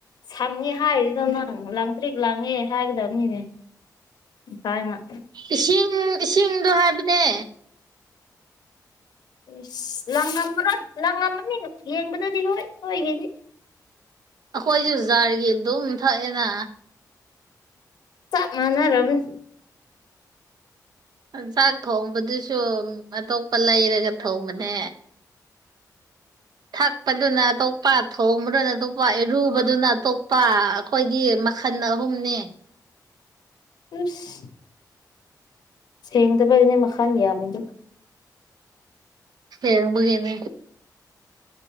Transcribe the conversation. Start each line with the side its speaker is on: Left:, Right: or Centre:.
Left: ꯁꯪꯉꯦ ꯍꯥꯏꯔꯤꯗꯣ ꯅꯪ ꯂꯥꯡꯇ꯭ꯔꯤꯛ ꯂꯪꯉꯦ ꯍꯥꯏꯒꯗꯕꯅꯤꯅꯦ ꯊꯥꯏꯅ
Right: ꯏꯁꯤꯡ ꯏꯁꯤꯡꯗꯣ ꯍꯥꯏꯕꯅꯦ
Left: ꯏꯁ ꯂꯪꯉꯝꯃꯔꯣꯏ ꯂꯪꯉꯝꯃꯅꯤ ꯌꯦꯡꯕꯗꯗꯤ ꯍꯣꯏ ꯍꯣꯏꯒꯤꯗꯤ
Right: ꯑꯩꯈꯣꯏꯁꯨ ꯖꯥꯔꯒꯤ ꯑꯗꯨꯝ ꯊꯛꯑꯦꯅ
Left: ꯆꯞ ꯃꯥꯅꯔꯝ ꯅꯤ
Right: ꯆꯥꯛ ꯊꯣꯡꯕꯗꯨꯁꯨ ꯑꯇꯣꯞꯄ ꯂꯩꯔꯒ ꯊꯣꯡꯕꯅꯦ ꯊꯛꯄꯗꯨꯅ ꯑꯇꯣꯞꯄ ꯊꯣꯡꯕꯗꯨꯅ ꯑꯇꯣꯞꯄ ꯏꯔꯨꯕꯗꯨꯅ ꯑꯇꯣꯞꯄ ꯑꯩꯈꯣꯏꯒꯤ ꯃꯈꯟ ꯑꯍꯨꯝꯅꯦ
Left: ꯑꯁ ꯁꯦꯡꯗꯕꯒꯤꯅꯦ ꯃꯈꯟ ꯌꯥꯝꯃꯤꯗꯨ
Right: ꯁꯦꯡꯕꯒꯤꯅꯦ